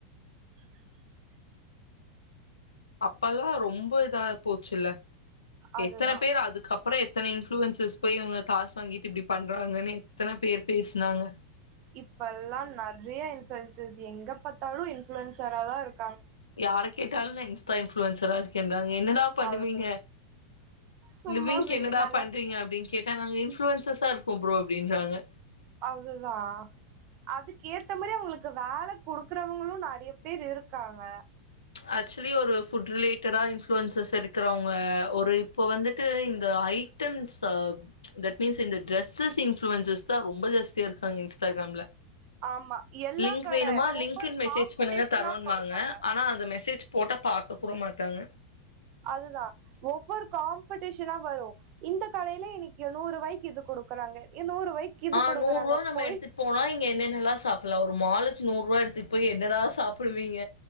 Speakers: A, on the right; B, on the left.
A: <inaudible>
B: அப்ல்லாம் ரொம்ப இதா போச்சுல்ல
A: அதுதா
B: எத்தனை பேர் அதுக்கப்பறம் எத்தனை இன்ஃப்ளுவன்சஸ் போய் இவங்க காசு வாங்கிட்டு இப்டி பண்றாங்கன்னு எத்தனை பேர் பேசுனாங்க
A: இப்ப எல்லாம் நெறைய இன்ஃளுவன்சஸ் எங்க பாத்தாலும் இன்ஃளுன்சரா தான் இருக்
B: யார கேட்டாலும் நா இன்ஃபுளுலன்சரா இரு ங்க என்னடா பண்ணுவீங்க
A: அது சும்மா
B: லிவிங்க்
A: வி
B: என்னடா
A: நாங்க
B: பண்றீங்க அப் கேட்டானங்க இன்ஃளுவன்சஸா இருக்கும் ப்ரோ அப்டின்குறாங்க
A: அதுதா அதுக்கு ஏத்த மாரி அவங்களுக்கு வேல கொடுக்குறவங்களும் நெறைய பேர் இருக்காங்க
B: ஆக்சுவலி ஒரு ஃபுட் ரிலேட்டடா இன்ஃளுவன்சஸ் இருக்கிறவங்க ஒரு இப்போ வந்துட்டு இந்த ஐட்டம்ஸ் தட் மீன்ஸ் இந்த ட்ரெஸ்ஸஸ் இன்ஃளுவன்சஸ் தான் ரொம்ப ஜாஸ்தியா இருக்காங்க இன்ஸ்டாகிராம்ல
A: ஆமா எல்லா
B: லிங்க்
A: கட
B: வேணுமா
A: ஒவ்வொரு
B: லிங்க்ன்னு மெசேஜ்
A: காம்படிஷனா
B: பண்ணுங்க தரோன்னுவாங்க
A: போடுவாங்க
B: ஆனா அந்த மெசேஜ் போட்ட பாக்க கூட மாட்டாங்க
A: அதுதான் ஒவ்வொரு காம்படிஷனா வரும் இந்த கடயில இன்னைக்கு நூறு ரூவாய்க்கு இது குடுக்குறாங்க நூறுவாய்க்கு இது
B: ஆ
A: குடுக்குறாங்க
B: நூறுபா நம்ம
A: போய்
B: எடுத்துட்டு போனோ ங்க என்னெல்லா சாப்பட லாம் ஒரு மாலுக்கு நூறு ரூபாய் எடுத்துட்டு போய் என்னடா சாப்படுவீங்க